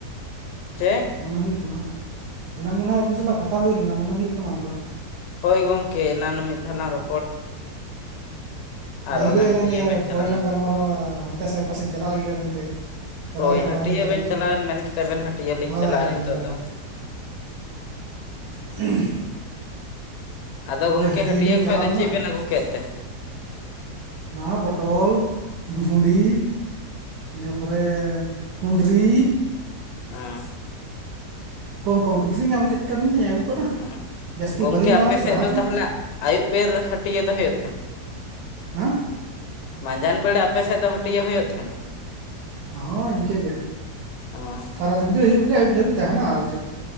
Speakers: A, on the left (about 85°); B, on the right (about 75°).
A: ᱪᱮᱜ᱾
B: ᱢᱚᱱᱮ ᱦᱩᱭᱩᱜ ᱠᱟᱱᱟ ᱮᱱᱟᱝ ᱢᱚᱱᱮ ᱦᱚᱭ ᱟᱵᱤᱱ ᱥᱟᱞᱟᱜ ᱠᱟᱛᱷᱟ ᱦᱩᱭ ᱞᱮᱱᱟ ᱢᱚᱱᱮ ᱦᱩᱭᱩᱜ ᱠᱟᱱᱟ ᱚᱱᱠᱟ᱾
A: ᱦᱳᱭ ᱜᱚᱢᱠᱮ ᱮᱱᱟᱱᱚᱜ ᱢᱤᱫ ᱫᱷᱟᱣᱞᱟᱝ ᱨᱚ ᱟᱨ
B: ᱞᱟᱹᱭ
A: ᱚᱱᱮ
B: ᱞᱮᱜ-ᱟ
A: ᱦᱟᱹᱴᱭᱟᱹ
B: ᱞᱟᱝ ᱡᱮ
A: ᱵᱮᱱ ᱪᱟᱞᱟᱣᱮᱱ
B: ᱯᱚᱨᱮ ᱞᱟᱝ ᱜᱟᱞᱢᱟ ᱨᱟᱣ-ᱟ ᱦᱟᱱᱛᱮ ᱥᱮ ᱚᱠᱟᱥᱮᱧ ᱪᱟᱞᱟᱜ ᱞᱟᱹᱜᱤᱫᱟ ᱢᱮᱱᱛᱮ᱾ ᱪᱟᱞᱟᱣ
A: ᱦᱳᱭ
B: ᱨᱮᱭᱟᱜ ᱛᱟᱦᱮᱸ
A: ᱦᱟᱹᱴᱤᱭᱟᱹ
B: ᱞᱮᱱ ᱛᱟᱹᱞᱤᱧᱟ
A: ᱵᱮᱱ ᱪᱟᱞᱟᱣᱮᱱ ᱢᱮᱱ ᱠᱮᱫᱟᱵᱮᱱ ᱦᱟᱹᱴᱤᱭᱟᱹ ᱞᱤᱧ
B: ᱦᱳᱭ
A: ᱪᱟᱞᱟᱜᱼᱟ
B: ᱦᱳᱭ
A: ᱱᱤᱛᱚᱜ
B: ᱦᱳᱭ
A: ᱫᱚ᱾
B: <unintelligible>
A: ᱟᱫᱚ
B: ᱦᱳᱭ
A: ᱜᱚᱢᱠᱮ
B: ᱦᱟᱹᱴᱭᱟᱹ
A: ᱦᱟᱹᱴᱤᱭᱟᱹ
B: ᱜᱮᱞᱤᱧ
A: ᱠᱷᱚᱡ
B: ᱪᱟᱞᱟᱣ
A: ᱫᱚ
B: ᱞᱮᱱᱟ
A: ᱪᱮᱜ ᱵᱮᱱ ᱟᱜᱩ ᱠᱮᱫ ᱛᱮ?
B: ᱱᱚᱜ-ᱚ ᱯᱚᱴᱚᱞ ᱵᱷᱩᱸᱰᱤ ᱤᱱᱟᱹ ᱯᱚᱨᱮ᱾ ᱠᱩᱸᱫᱽᱨᱤ᱾
A: ᱟᱸ᱾
B: ᱠᱚᱢ ᱠᱚᱢ ᱠᱟᱛᱮᱞᱤᱧ ᱧᱟᱢ ᱠᱮᱫ ᱠᱷᱟᱱ ᱫᱚᱞᱤᱧ ᱟᱜᱩ ᱠᱟᱫᱟ᱾
A: ᱩᱸ
B: ᱡᱟᱹᱥᱛᱤ
A: ᱜᱚᱢᱠᱮ
B: ᱵᱟᱹᱞᱤᱧ ᱫᱟᱬᱟ
A: ᱟᱯᱮ
B: ᱞᱮᱫᱟ
A: ᱥᱮᱜ
B: ᱦᱟᱴ
A: ᱫᱚ
B: ᱦᱚᱸ
A: ᱛᱟᱦᱞᱮ ᱟᱭᱩᱵ ᱵᱮᱨ ᱦᱟᱴᱤᱭᱟᱹ ᱫᱚ ᱦᱳᱭᱳᱜ ᱛᱟᱦᱮᱱᱟ᱾
B: ᱦᱮᱸ!
A: ᱢᱟᱸᱡᱟᱱ ᱵᱮᱲᱟ ᱟᱯᱮᱥᱮᱜ ᱫᱚ ᱦᱟᱹᱴᱤᱭᱟᱹ ᱦᱳᱭᱳᱜ ᱛᱟᱦᱮᱱᱟ᱾
B: ᱦᱚᱸ ᱤᱱᱠᱟᱹᱜᱮ
A: ᱚᱸ
B: ᱥᱟᱨᱟᱫᱤᱱ ᱜᱮ ᱦᱩᱭᱩᱜ ᱜᱮᱭᱟ ᱟᱹᱭᱩᱵ ᱫᱷᱟᱹᱵᱤᱡ ᱛᱟᱦᱮᱱᱟ ᱟᱨ ᱪᱮᱫ᱾